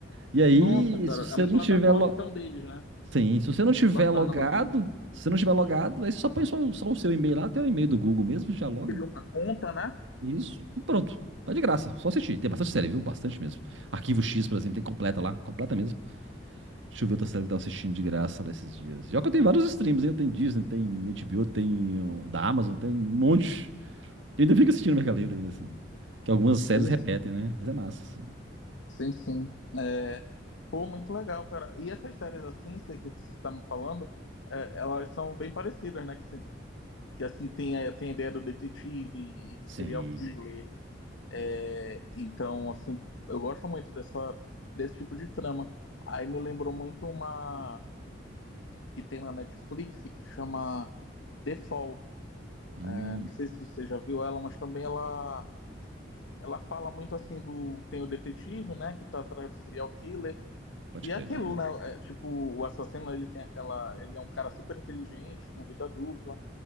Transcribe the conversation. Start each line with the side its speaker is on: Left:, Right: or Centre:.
Right: E aí,
Left: Nossa, É. cara,
Right: se
Left: é
Right: você
Left: uma
Right: não
Left: plataforma
Right: tiver lo...
Left: então deles, né?
Right: Sim, se você não tiver
Left: Bacana,
Right: logado,
Left: bacana.
Right: se você não tiver logado, aí você só põe só, só o seu e-mail lá, até o e-mail do Google mesmo, já loga.
Left: Cria uma conta, né?
Right: Isso. E pronto. Tá de graça. Só assistir. Tem bastante série, viu? Bastante mesmo. Arquivo X, por exemplo, tem completa lá, completa mesmo. Deixa eu ver outra série que eu tava assistindo de graça lá esses dias. Já que eu tenho vários streams, hein? Eu tenho Disney, tem HBO, tem ó, da Amazon, tem um monte. Eu ainda fico assistindo Mercado Livre ainda, assim. Que algumas
Left: Sim,
Right: séries repetem, né? Mas é massa, assim.
Left: sim, sim. É... Pô, muito legal, cara. E essas séries assim, sei que você tá me falando, é, elas são bem parecidas, né? que assim tem a, tem a ideia do detetive e do
Right: Sim.
Left: serial killer. É, Então, assim, eu gosto muito dessa desse tipo de trama. Aí me lembrou muito uma que tem na Netflix que chama The Fall.
Right: Hum,
Left: É, não sei se você já viu ela, mas também ela ela fala muito assim do tem o detetive, né, que tá atrás do serial killer.
Right: pode
Left: E
Right: crer,
Left: é aquilo,
Right: ainda não.
Left: né? é, tipo, o assassino, ele tem aquela. Ele é um cara super inteligente, com vida dupla.